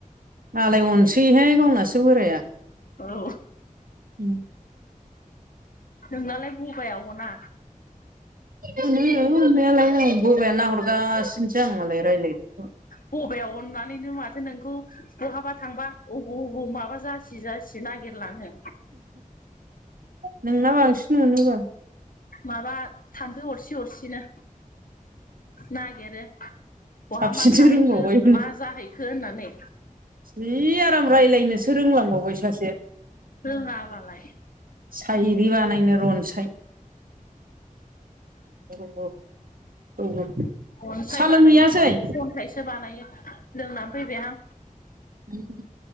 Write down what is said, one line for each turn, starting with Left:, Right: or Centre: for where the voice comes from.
Right: मालाय अनसैहाय गावनासो बोराया।
Left: औ
Right: उम
Left: नोंनालाय बबाइायावना?
Right: अनो अनायालाय आ बबायानो नाहरगासिनोसो आं मालाय रायज्लायनायखौ
Left: बबयाव अननानैनो माथो नोंखौ बहाबा थांबा अबे अबाव माबा जा जासि जासि नागिरलाङो।
Right: नोंना बांसिन मोननोबाल
Left: माबा थाम्फै अरसि अरसिनो नागिरो बहा
Right: साबसिनसो
Left: मा थाहैखो
Right: रोंबावबाय
Left: मा जाहैखो होननानै।
Right: जिनि आराम रायज्लायनोसो रोंलांबावबाय सासे
Left: रोङाबालाय
Right: साहिरि बानायनो रनसाय अ औबो
Left: अनसाय
Right: सोलोंहैयासै
Left: बानायो नामा खन्थाइसो बानायो लोंनानै फैबाय आं।
Right: उम